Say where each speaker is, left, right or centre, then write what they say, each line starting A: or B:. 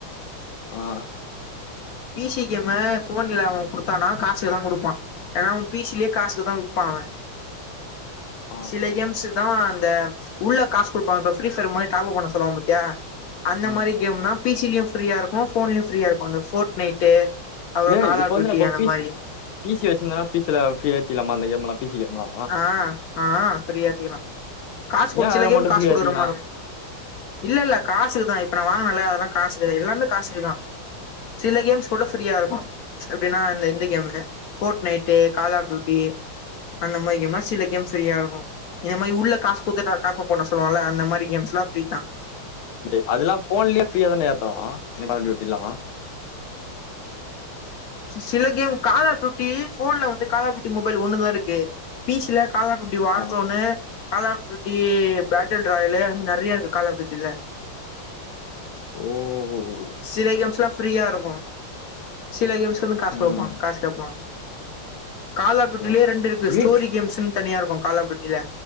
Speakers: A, on the left; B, on the left.
A: ஆ
B: பி சி கேமு ஃபோன்ல அவ குடுத்தானா காசுக்கு தா குடுப்பா ஏனா அவ பி சி லே காசுக்குதா விப்பா அவ
A: ஆ
B: சில கேம்ஸுக் தா அவ அந்த உள்ள காஸ் குடுப்பா இப்ப ஃப்ரீ ஃபயர் மாரி டாப்அப் பண்ண சொல்லுவா பாத்தியா அந்த
A: ம்
B: மாரி
A: ம்
B: கேம்னா பி சி லியு ஃப்ரீயா இருக்கு ஃபோன்லியு ஃப்ரீயா இருக்கு அந்த ஃபோர்ட்னைட்டு அப்றோ
A: ஏ
B: கால்
A: இப்ப
B: ஆஃப்
A: வந்து
B: ட்யூட்டி
A: நம்ம
B: அந்த
A: பி
B: மாரி
A: சி பி சி வெச்சிருந்தன்னா பி சி ல ஃபிரீயா ஏத்திர்லாமா அந்த கேம்லா பி சி கேம்லா
B: ஆ ஆ ஃப்ரீயா ஏத்திக்கலா காஸ் குடு
A: ஏ
B: சில
A: அதுல
B: கேம்
A: மட்டு
B: காஸ்
A: ஃப்ரீயா
B: குடுக்கற
A: ஏத்திக்கலா
B: மார்ருக்கு இல்ல இல்ல காசுக்குதா இப்ப நா வாங்குனல்ல அதுலா காசுக்கு எல்லாமே காசுக்குதா சில கேம்ஸ் மட்டு ஃப்ரீயா இருக்கு எப்டினா அந்த இந்த game Fortnite, call of duty அந்த மாரி கேம்லா சில கேம் ஃப்ரீயா இருக்கு இந்த மாரி உள்ள காஸ் குட்த்து டா டாப்அப் பண்ண சொல்வோல்ல அந்த மாரி கேம்ஸ்லா ஃப்ரீ தா
A: டே அதுல்லா ஃபோன்லே ஃப்ரீயா தான ஏத்தறோ இந்த கால் டியூட்டில்லா
B: சில கேம் கால் ஆஃப் ட்யூட்டி ஃபோன்ல வந்து கால் ஆஃப் ட்யூட்டி மொபைல் ஒன்னுதா இருக்கு பி சி ல கால் ஆஃப் ட்யூட்டி வார்ஸோனு,
A: ஆ
B: கால் ஆஃப் ட்யூட்டி பேட்டில் ட்ராயலு அது மார் நெறையா இருக்கு கால் ஆஃப் ட்யூட்டில
A: ஓ ஓ ஓ
B: சில கேம்ஸ்லா ஃப்ரீயா இருக்கு சில கேம்ஸ்க்கு வந்து காஸ்
A: ம்
B: குடுப்பா காஸ் கேப்பா கால் ஆஃப் ட்யூட்டிலே
A: ம்
B: ரெண்டு இருக்கு
A: வீட்
B: ஸ்டோரி கேம்ஸ்ஸுன் தனியா இருக்கு கால் ஆஃப் ட்யூட் டில